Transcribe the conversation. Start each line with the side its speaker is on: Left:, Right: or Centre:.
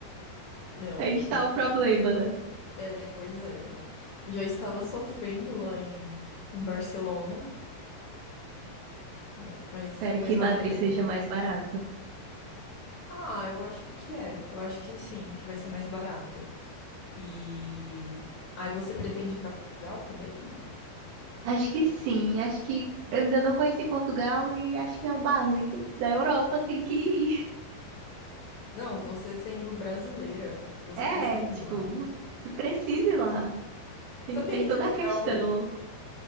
Right: <laughs>
Left: Não,
Right: Aí
Left: não.
Right: está o problema,
Left: não fui.
Right: né?
Left: É, pois é. Já estava sofrendo lá em, em Barcelona, né, mas,
Right: Espero
Left: mas
Right: que Madrid
Left: vale a pena.
Right: seja mais barato.
Left: Ah, eu acho que é. Eu acho que sim, que vai ser mais barato. E aí você pretende ir para Portugal também?
Right: Acho que sim, acho que eu ainda não conheci Portugal e acho que é o básico da Europa, tem que ir.
Left: Não, você sendo brasileira, você
Right: É,
Left: precisa
Right: tipo,
Left: ir lá.
Right: se precise lá. Tem,
Left: Sabia
Right: tem
Left: que
Right: toda
Left: Portugal,
Right: a questão.